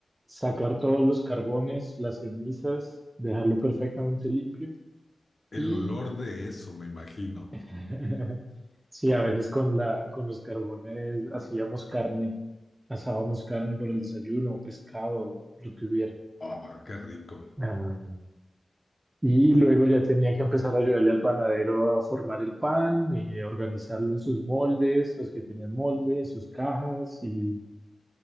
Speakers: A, on the right; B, on the left.
A: sacar todos los carbones, las cenizas, dejarlo perfectamente limpio.
B: El
A: Y
B: olor de eso, me imagino.
A: <laughs> sí, a veces con la, con los carbones hacíamos carne, asábamos carne por el desayuno o pescado, lo que hubiera.
B: Ah, qué rico.
A: Ah, Y luego ya tenía que empezar a ayudarle al panadero a formar el pan y a organizarlo en sus moldes, los que tenían molde, en sus cajas. Y